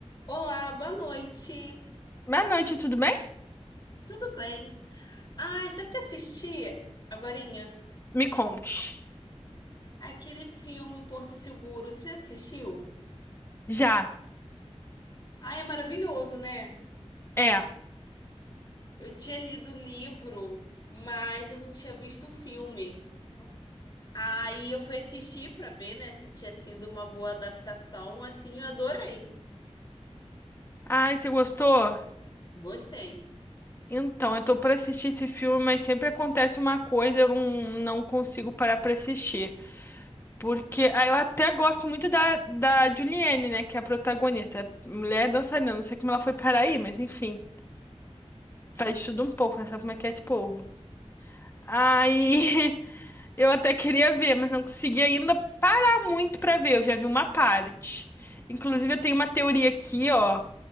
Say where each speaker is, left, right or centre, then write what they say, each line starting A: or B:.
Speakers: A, on the left (about 40°); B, on the left (about 20°).
A: Olá, boa noite.
B: Boa noite, tudo bem?
A: Tudo bem? Ai, sabe o que eu assisti agorinha?
B: Me conte.
A: Aquele filme O Porto Seguro. Você já assistiu?
B: Já.
A: Ai, é maravilhoso, né?
B: É.
A: Eu tinha lido o livro, mas eu não tinha visto o filme. Aí eu fui assistir pra ver, né, se tinha sido uma boa adaptação. Assim, eu adorei.
B: Ai, você gostou?
A: Gostei.
B: Então, eu tô pra assistir esse filme, mas sempre acontece uma coisa, eu não, não consigo parar pra assistir. Porque ah, eu até gosto muito da, da Julianne, né? Que é a protagonista. Mulher dançarina, não sei como ela foi parar aí, mas enfim. Faz de tudo um pouco, né? Sabe como é que é esse povo. Aí, <laughs> eu até queria ver, mas não consegui ainda parar muito pra ver. Eu já vi uma parte. Inclusive, eu tenho uma teoria aqui, ó.